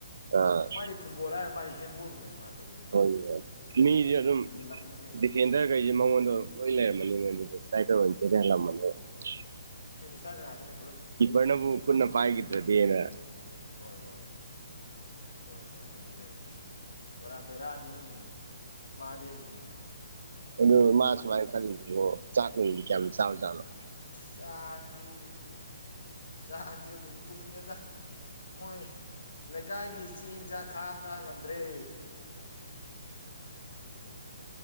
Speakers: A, on the right; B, on the left.
A: ꯑꯥ
B: ꯃꯥꯗꯤ ꯐꯨꯠꯕꯣꯜ ꯍꯥꯏꯔ ꯃꯥꯗꯤ ꯍꯦꯟꯕꯣꯜ <unintelligible>
A: <unintelligible> ꯃꯤꯗꯤ ꯑꯗꯨꯝ
B: ꯂꯪꯕꯁꯤ
A: ꯗꯤꯒꯦꯟꯗ꯭ꯔꯈꯩꯁꯦ ꯃꯉꯣꯟꯗꯣ ꯂꯣꯏ ꯂꯩꯔꯝꯃꯅꯤꯉꯦ ꯑꯗꯨꯗꯗꯤ <unintelligible>
B: <unintelligible>
A: ꯀꯤꯄꯔꯅꯕꯨ ꯈꯨꯟꯅ ꯄꯥꯏꯈꯔꯤꯗꯔꯗꯤꯅ
B: ꯍꯣꯏ ꯍꯣꯏ ꯍꯣꯏ ꯍꯣꯏ ꯑꯗꯨꯅꯦ ꯍꯥꯏꯁꯦ ꯄꯨꯔꯥ ꯕꯦꯔꯥꯅꯤ꯫ ꯃꯥꯗꯦꯅꯤ
A: ꯑꯗꯨ ꯃꯥ ꯁꯨꯃꯥꯏ ꯀꯜꯂꯤꯁꯤꯕꯨ ꯆꯥꯛꯅꯤꯗꯤ ꯀꯌꯥꯝ ꯆꯥꯕ ꯖꯥꯠꯅꯣ
B: ꯆꯥꯛꯇꯤ ꯆꯥꯛꯇꯤ ꯑꯗꯨꯝ ꯇꯨꯝꯃꯦꯗ ꯃꯣꯏ ꯂꯩꯀꯥꯏꯒꯤ ꯆꯦꯡ ꯆꯥꯛ ꯈꯥꯡ ꯉꯥꯛ ꯉꯝꯗ꯭ꯔꯦ꯫ <inaudible>